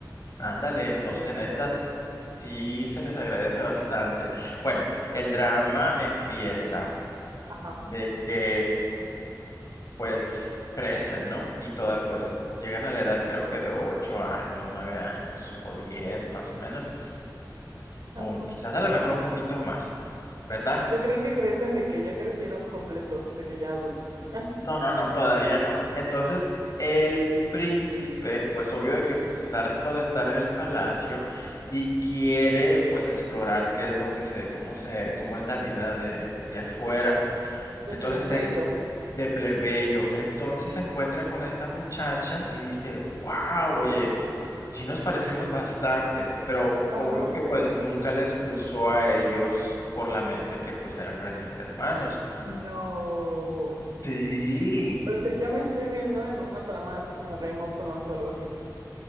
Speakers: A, on the left; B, on the right.
A: ándale, entonces
B: Sí,
A: en
B: se
A: estas
B: agradece.
A: sí se les agradece bastante. Bueno, el drama empieza
B: Ajá.
A: de que pues crecen, ¿no? Y toda, pues llegan a la edad creo que de 8 años, 9 años o 10 más o menos,
B: Ajá.
A: o quizás a lo mejor un poquito más, ¿verdad?
B: Yo creí que crecen de que ya crecieron completos, de que ya adultos.
A: No, no, no, todavía no. Entonces, el príncipe, pues obvio de que pues está harto de estar en el palacio y quiere pues explorar qué es lo que se, cómo se, cómo es la vida de, de afuera.
B: De
A: Entonces,
B: plebeyo.
A: se en- de plebeyo. Entonces se encuentra con esta muchacha y dice, wow, oye, sí nos parecemos bastante, pero
B: Ajá.
A: obvio que pues nunca les cruzó a ellos por la mente que pues eran realmente hermanos.
B: No.
A: Sí.
B: O sea, ya me estoy viendo en una trama así como Game of Thrones o algo así.